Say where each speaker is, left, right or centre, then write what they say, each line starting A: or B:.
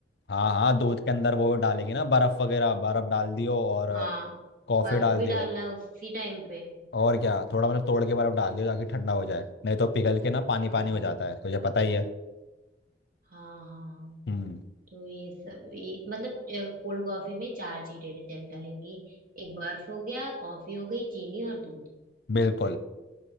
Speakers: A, on the left; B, on the right.
A: हाँ हाँ दूध के अंदर वो डालेगी ना बर्फ वगैरह बर्फ डाल दियो और
B: हाँ
A: कॉफी
B: बर्फ
A: डाल
B: भी
A: दियो
B: डालना है उसी टाइम पे
A: और क्या थोड़ा मतलब तोड़ के बर्फ डाल दियो ताकि ठंडा हो जाए नहीं तो पिघल के ना पानी
B: हाँ
A: पानी हो जाता है तुझे पता ही है
B: हाँ हाँ हाँ
A: हम्म
B: तो ये सब ये मतलब कोल्ड कॉफी में चार चीजें डल- डलेंगी एक बर्फ हो गया कॉफी हो गई चीनी और दूध
A: बिल्कुल